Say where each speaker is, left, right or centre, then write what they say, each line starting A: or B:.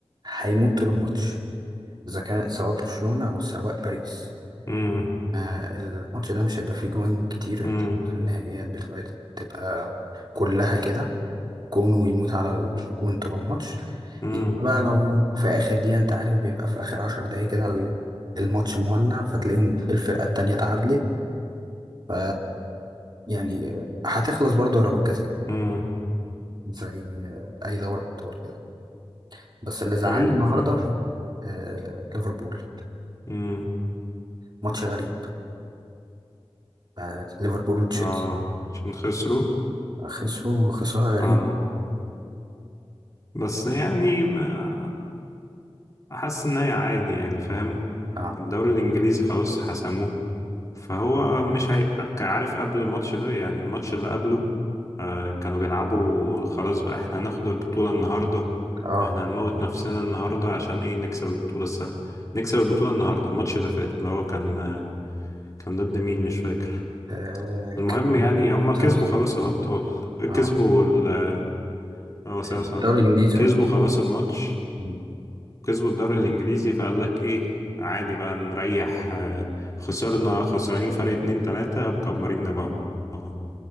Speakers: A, on the right (about 45°); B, on the left (about 30°).
A: هيموت طول الماتش اذا كان سواء برشلونة او سواء باريس
B: امم
A: ما الماتش ده مش هيبقى فيه جوان كتير
B: امم
A: إن- في النهائيات بتبقى تبقى كلها كده جون ويموت على الجون طول الماتش
B: امم
A: يبقى بقى لو في اخر دقيقة انت عارف بيبقى في اخر عشر دقايق كده ال- الماتش مولع فتلاقيهم الفرقة التانية اتعادلت ف يعني هتخلص برضه ضربات جزاء
B: امم
A: زي اي دورة ابطال كده بس اللي زعلني
B: ايوه
A: النهارده
B: فاهم
A: آه، ليفربول
B: امم
A: ماتش غريب آه، ليفربول وتشيلسي
B: اه عشان خسروا
A: خسروا خسارة
B: اه
A: غريبة
B: بس يعني ما احس ان هي عادي يعني فاهم
A: اه
B: الدوري الانجليزي خلاص حسموه فهو مش هي... كان عارف قبل الماتش ده يعني الماتش اللي قبله آه كانوا بيلعبوا خلاص بقى احنا هناخد البطولة النهاردة
A: اه
B: واحنا هنموت نفسنا النهاردة عشان ايه نكسب البطولة السنة نكسب البطولة النهاردة الماتش اللي فات اللي هو كان آه، كان ضد مين مش فاكر
A: آه،
B: المهم
A: كان
B: يعني هما
A: ساوثهامبتون
B: كسبوا خلاص الأبطال
A: اه
B: كسبوا ال آه، هو ساوثهامبتون
A: الدوري الإنجليزي
B: كسبوا
A: اه
B: خلاص الماتش
A: مم.
B: كسبوا الدوري الإنجليزي فقال لك إيه عادي بقى نريح آه، خسرنا خسرانين فرق اتنين تلاتة مكبرين دماغهم